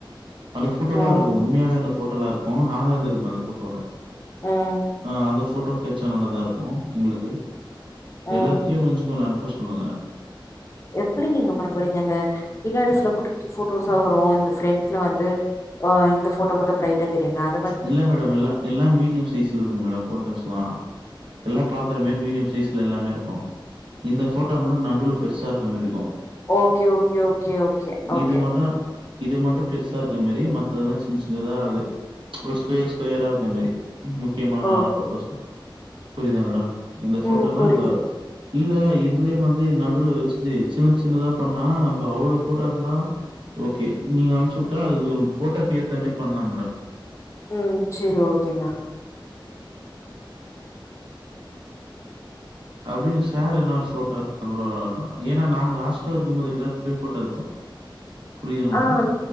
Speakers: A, on the right; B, on the left.
A: அந்த போட்டோல்லாருக்கு
B: ம்
A: உண்மையாவே அந்த போட்டோல்லா இருக்கூ நாங்க இர்ந்துருப்போ அந்த ஃபோட்டோல
B: ம்
A: அ அந்த ஃபோட்டோ கெட்ச்சா நல்லதாருக்கு எங்க்ளுக்கு
B: ம்
A: எல்லா கே ஒஞ்சுக்கோன் அன்ப்ப சொல்லுங்க
B: எப்டி நீங்க பண்ண போறீங்க அந்த பின்னாடி சில குட்டி குட்டி போட்டோஸா வரு இந்த ஃப்ரெண்ட்ல வந்து ஆஹ இந்த போட்டோ மட்டும் பிரைட்டா தெரியு அத
A: இல்ல மேடம் இல்ல எல்லா மீடியம் சைஸ்ல இருக்கும் மேடம் போட்டோஸ்ல்லா எல்லாம் பாக்குற மேறி மீடியம் சைஸ்ல எல்லாமே இருக்கும் இந்த போட்டோ மட்டும் நடுவுல பெருசா இருக்க மேறி இருக்கும்
B: ஓகே ஓகே ஓகே ஓகே ஓகே
A: இது மட்டும் இது மட்டும் பெருசா இருக்க மேரி மத்ததெல்லா சின்ன சின்னதா அது ஒரு ஸ்கொயர் ஸ்கொயரா இருக்கு மேறி முக்கியமான
B: ஓகே
A: நா போட்டோஸ்லா புரிதா மேடம் இந்த போட்டோல்லா
B: ம் புரியுது
A: இதுல வர இல்ல இதுலயே வந்து நடுவுல வச்சுட்டு சின்ன சின்னதா பண்ணா நம்ம அவ்ளோ போட்டா இருந்தா ஓகே நீங்க அனுப்புச்சு விட்டா அது போட்டோக்கு ஏத்த மேறி பண்லா மேடம்
B: ம் சேரி ஒக்கேங்க
A: அப்டியே சார் என்ன போட்டோ எடுத்த கூட ‌என்ன ஏன்னா நாங்க லாஸ்ட்டா இருக்கும்போது எல்லாரு கூடயு போட்டோ எடுத்தோ புரியுதா மேடம்
B: ஆஹ்